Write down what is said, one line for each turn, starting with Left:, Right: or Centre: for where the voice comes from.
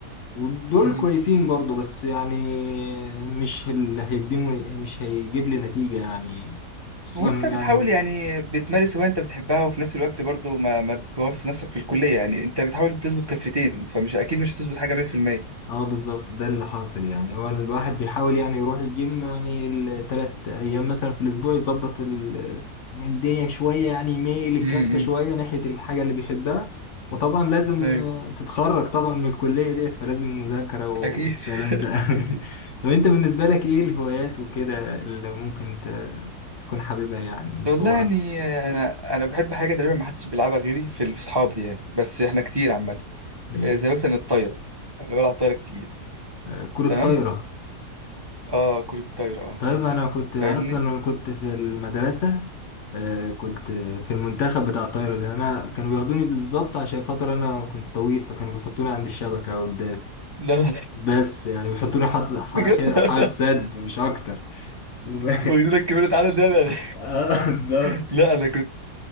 Left: ودول
Right: مم.
Left: كويسين برضو بس يعني مش اللي هيديني مش هيجيب لي نتيجة يعني خصوصا
Right: وانت
Left: يعني
Right: بتحاول يعني بتمارس هواية انت بتحبها وفي نفس الوقت برضو ما ما تبوظ نفسك في الكلية يعني انت بتحاول تظبط كفتين فمش اكيد مش هتظبط حاجة 100%
Left: اه بالظبط ده اللي حاصل يعني هو الواحد بيحاول يعني يروح الجيم يعني التلات ايام مثلا في الاسبوع يظبط ال يعني الدنيا شوية يعني يميل الكفة
Right: مم.
Left: شوية ناحية الحاجة اللي بيحبها وطبعا لازم
Right: ايوه
Left: تتخرج طبعا من الكلية ديت فلازم مذاكرة والكلام
Right: اكيد <laughs>
Left: ده <laughs>
Right: أكيد.
Left: طب انت بالنسبة لك ايه الهوايات وكده اللي ممكن ت- تكون حاببها يعني من صغرك
Right: والله يعني انا انا بحب حاجة تقريبا ما حدش بيلعبها غيري في في اصحابي يعني بس احنا كتير عامة
Left: ايه
Right: آه، زي مثلا الطايرة انا بلعب طايرة كتير
Left: آه، كرة
Right: تمام
Left: طايرة
Right: اه كرة الطايرة اه
Left: طيب انا كنت اصلا
Right: فاهمني
Left: انا كنت في المدرسه آه، كنت في المنتخب بتاع الطايره لان انا كانوا بياخدوني بالظبط عشان خاطر انا كنت طويل فكانوا بيحطوني عند الشبكه قدام
Right: لا لا،
Left: بس يعني بيحطوني حد ح-
Right: بجد انا
Left: حد سد مش اكتر <laughs> و-
Right: واخدين لك كمية عدد ده لا لا،
Left: اه بالظبط
Right: <laughs> لا، انا كنت